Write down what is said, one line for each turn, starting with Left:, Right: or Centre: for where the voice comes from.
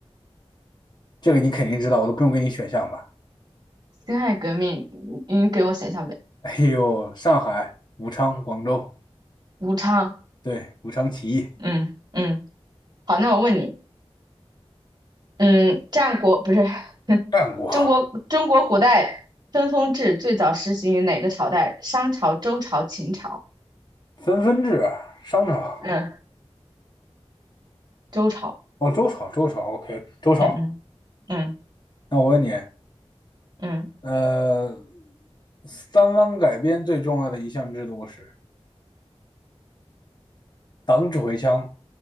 Left: 这个你肯定知道，我都不用给你选项吧？
Right: 辛亥革命，你你给我想想呗。
Left: 哎呦，上海、武昌、广州，
Right: 武昌，
Left: 对，武昌起义，
Right: 嗯嗯，好，那我问你，嗯，战国不是 <laughs>
Left: 战国，
Right: 中国中国古代分封制最早实行于哪个朝代？商朝、周朝、秦朝？
Left: 分分制，商朝，
Right: 嗯，周朝。
Left: 哦，周朝，周朝，OK，周朝。
Right: 嗯嗯嗯
Left: 那我问你，
Right: 嗯，
Left: 呃，三王改编最重要的一项制度是？党指挥枪，